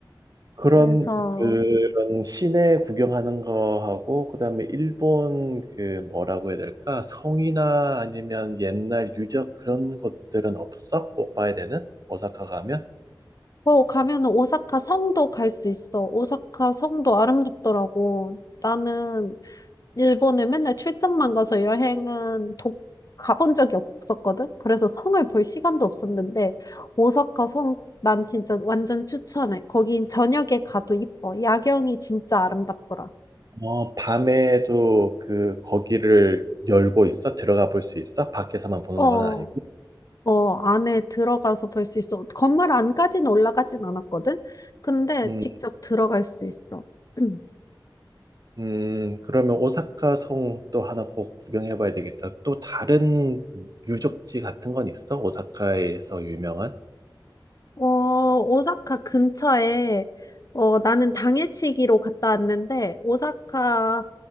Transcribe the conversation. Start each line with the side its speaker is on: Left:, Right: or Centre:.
Right: 그런
Left: 그래서,
Right: 그런 시내 구경하는 거하고 그다음에 일본 그 뭐라고 해야 될까? 성이나 아니면 옛날 유적 그런 것들은 없어? 꼭 봐야 되는? 오사카 가면?
Left: 어, 가면은 오사카 성도 갈 수 있어. 오사카 성도 아름답더라고. 나는 일본에 맨날 출장만 가서 여행은 독, 가본 적이 없었거든? 그래서 성을 볼 시간도 없었는데, 오사카 성, 난 진짜 완전 추천해. 거긴 저녁에 가도 이뻐. 야경이 진짜 아름답더라.
Right: 어, 밤에도 그 거기를 열고 있어? 들어가 볼 수 있어? 밖에서만 보는
Left: 어,
Right: 건 아니고?
Left: 어, 안에 들어가서 볼 수 있어. 건물 안까지는 올라가진 않았거든? 근데
Right: 음,
Left: 직접 들어갈 수 있어. <clears throat>
Right: 음, 그러면 오사카 성 또 하나 꼭 구경해 봐야 되겠다. 또 다른 유적지 같은 건 있어? 오사카에서 유명한?
Left: 어, 오사카 근처에, 어, 나는 당해치기로 갔다 왔는데, 오사카는